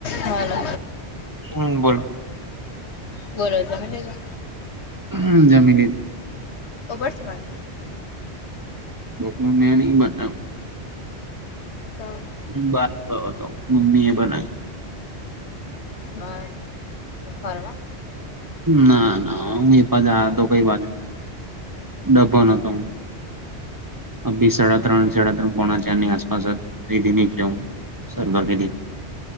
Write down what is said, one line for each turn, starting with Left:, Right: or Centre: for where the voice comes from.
Left: Hello hello.
Right: હમ બોલો.
Left: બોલો જમી લીધું?
Right: હમ્મ જમી લી
Left: ખબર છે મને.
Right: બપોર મેં નહીં બનાયુ.
Left: તો?
Right: હું બાર ગયો તો મમ્મીએ બનાઈ.
Left: હ ફરવા.
Right: ના ના. જા તો કઈ વા ડભો નતો અ બી સડક ત્રણ સડા ત્રણ કોના અને આસપાસ ફેદી નીકળ સર્વ ફેદી